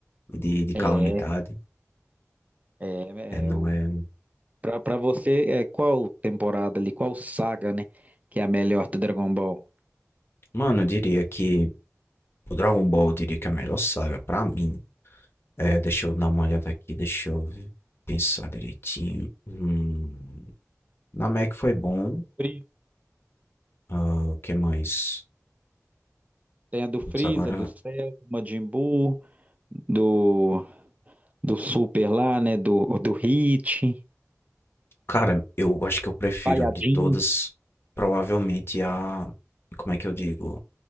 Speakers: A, on the left; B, on the right.
A: de de calamidade,
B: É, é,
A: é não
B: é o,
A: é um,
B: pra, pra você, é, qual temporada ali, qual saga, né, que é a melhor do Dragon Ball?
A: mano, eu diria que o Dragon Ball, eu diria que é a melhor saga pra mim. é, deixa eu dar uma olhada aqui, deixa eu pensar direitinho. Hum, Namek foi bom,
B: Freeza.
A: hã, o que mais?
B: Tem a do
A: Putz,
B: Freeza,
A: agora
B: do Cell, do Majin Buu, do, do Super lá, né, do, do Hit,
A: cara, eu acho que eu prefiro
B: Saiyajin.
A: de todas, provavelmente a como é que eu digo?